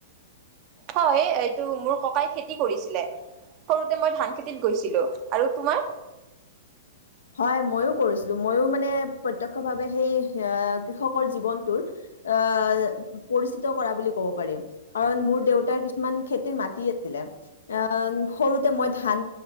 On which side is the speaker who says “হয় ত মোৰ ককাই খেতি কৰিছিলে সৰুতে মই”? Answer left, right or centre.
Right